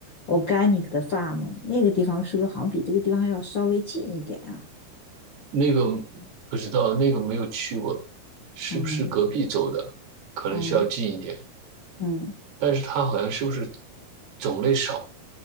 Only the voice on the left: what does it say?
Organic 的 Farm，那个地方是不是好像比这个地方要稍微近一点啊？
嗯
嗯嗯，